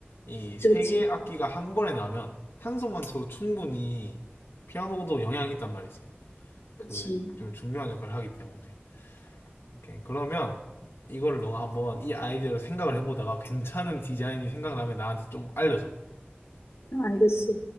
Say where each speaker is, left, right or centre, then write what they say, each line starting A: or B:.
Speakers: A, on the left; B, on the left.
A: 이 세
B: 그치, 그치,
A: 개의 악기가 한 번에 나면 한 손만 쳐도 충분히 피아노도 영향이 있단 말이지. 그,
B: 그치.
A: 좀 중요한 역할을 하기 때문에. 오케이. 그러면 이걸 너가 한번 이 아이디어를 생각을 해보다가 괜찮은 디자인이 생각나면 나한테 좀 알려줘.
B: 알겠어.